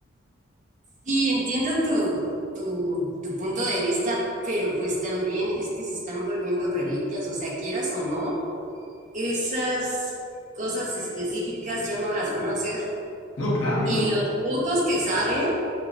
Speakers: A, on the right; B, on the left.
A: Sí, entiendo tu, tu, tu punto de vista, pero pues también es que se están volviendo reliquias, o sea, quieras o no, esas cosas específicas ya no las van a hacer.
B: No, claro,
A: Y
B: lo,
A: los pocos que saben